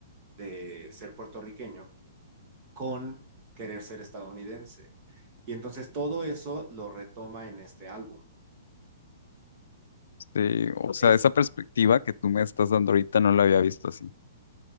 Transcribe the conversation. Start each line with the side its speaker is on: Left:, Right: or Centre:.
Right: de ser puertorriqueño con querer ser estadounidense. Y entonces todo eso lo retoma en este álbum.
Left: sí. O sea,
Right: Eso,
Left: esa perspectiva que tú me estás dando ahorita no la había visto así.